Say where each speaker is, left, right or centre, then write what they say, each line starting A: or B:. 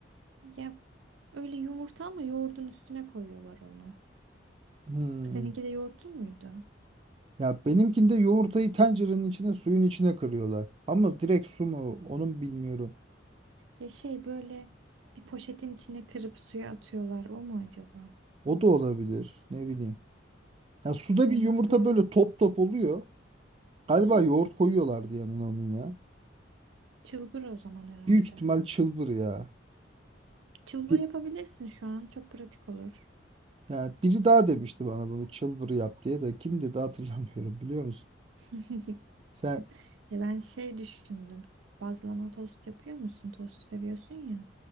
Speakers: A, on the right (about 85°); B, on the right (about 30°).
A: Ya öyle yumurta ama yoğurdun üstüne koyuyorlar onu.
B: Hmm.
A: Seninki de yoğurtlu muydu?
B: Ya benimkinde yumurtayı tencerenin içine suyun içine kırıyorlar. Ama direkt su mu onun bilmiyorum.
A: Ya şey böyle bir poşetin içine kırıp suya atıyorlar o mu acaba?
B: O da olabilir ne bileyim. Ya suda
A: Evet
B: bir yumurta
A: bu.
B: böyle top top oluyor. Galiba
A: Hı.
B: yoğurt koyuyorlardı yanına onun ya.
A: Çılbır o zaman herhalde.
B: Büyük ihtimal çılbır ya.
A: Çılbır
B: Bir,
A: yapabilirsin şu an çok pratik olur.
B: ya biri daha demişti bana bunu çılbır yap diye de kim dedi hatırlamıyorum biliyor musun?
A: <laughs>
B: Sen
A: Ya ben şey düşündüm. Bazlama tost yapıyor musun? Tost seviyorsun ya.